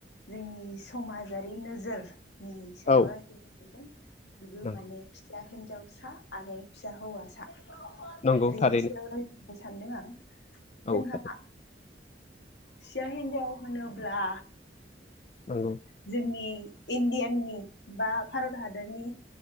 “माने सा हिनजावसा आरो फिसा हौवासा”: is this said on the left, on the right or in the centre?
Left